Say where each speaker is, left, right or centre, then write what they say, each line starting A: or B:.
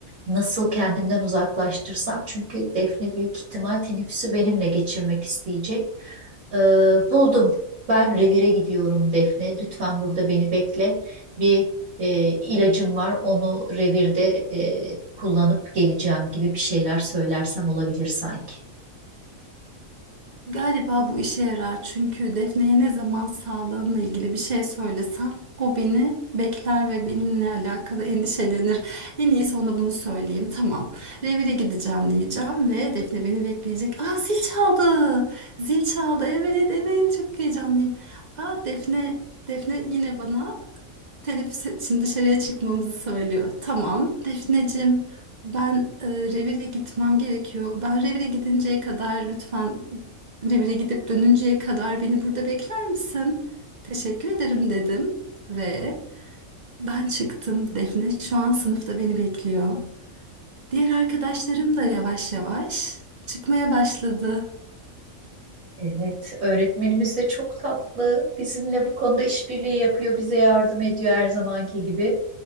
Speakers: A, on the right; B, on the right.
A: nasıl kendimden uzaklaştırsam? Çünkü Defne büyük ihtimal teneffüsü benimle geçirmek isteyecek. Ee, buldum. Ben revire gidiyorum Defne. Lütfen burada beni bekle. Bir e, ilacım var. Onu revirde e, kullanıp geleceğim gibi bir şeyler söylersem olabilir sanki.
B: Galiba bu işe yarar çünkü Defne'ye ne zaman sağlığımla ilgili bir şey söylesem o beni bekler ve benimle alakalı endişelenir. En iyisi ona bunu söyleyeyim. Tamam. Revire gideceğim diyeceğim ve Defne beni bekleyecek. Aa zil çaldı. Zil çaldı. Evet evet çok heyecanlıyım. Aa Defne Defne yine bana Teneffüs için dışarıya çıkmamızı söylüyor. Tamam Defneciğim ben e, revire gitmem gerekiyor. Ben revire gidinceye kadar lütfen revire gidip dönünceye kadar beni burada bekler misin? Teşekkür ederim dedim ve ben çıktım. Defne şu an sınıfta beni bekliyor. Diğer arkadaşlarım da yavaş yavaş çıkmaya başladı.
A: Evet, öğretmenimiz de çok tatlı. Bizimle bu konuda işbirliği yapıyor, bize yardım ediyor her zamanki gibi.